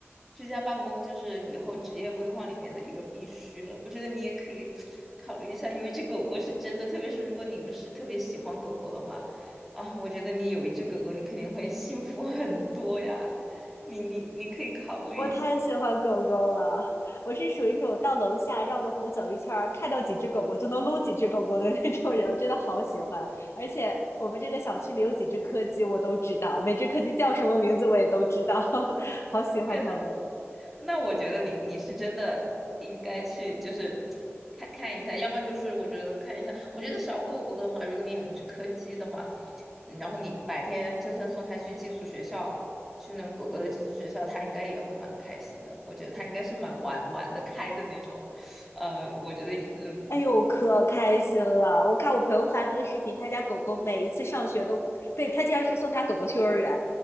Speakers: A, in the centre; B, on the left.
A: 居家办公就是以后职业规划里面的一个必须了。我觉得你也可以 <laughs> 考虑一下，有一只狗狗是真的，特别是如果你又是特别喜欢狗狗的话，啊，我觉得你有一只狗狗，你肯定会幸福很多呀。你你你可以考虑一下，
B: 我太喜欢狗狗了，我是属于那种到楼下绕着湖走一圈儿，看到几只狗狗就能撸几只狗狗的那种人，我真的好喜欢。而且我们这个小区里有几只柯基，我都知道，每只柯基叫什么名字我也都知道，<laughs> 好喜欢它们。
A: 觉得那我觉得你你是真的应该去就是看看一下，要么就是我觉得看一下，我觉得小狗狗的话，如果你养一只柯基的话，嗯然后你白天就算送它去寄宿学校，去那种狗狗的寄宿学校，它应该也会蛮开心的。我觉得它应该是蛮玩玩得开的那种，呃，我觉得嗯
B: 哎呦，可开心了！我看我朋友发那个视频，他家狗狗每一次上学都，对，他经常说送他狗狗去幼儿园，